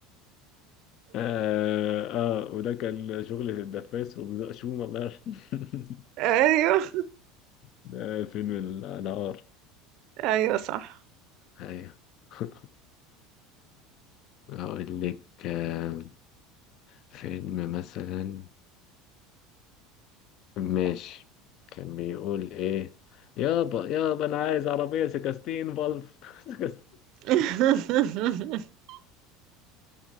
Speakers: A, on the left (about 50°); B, on the right (about 55°).
A: آه, اه وده كان شغل في الدفاس وبزقشوم الله يرحمه <laughs>
B: <laughs> ايوه
A: ده فيلم النهار
B: ايوه صح
A: ايوه <laughs> هقول لك آه، فيلم مثلا ماشي كان بيقول ايه يابا يابا انا عايز عربية سكستين فالف <laughs> سكستين،
B: <laughs>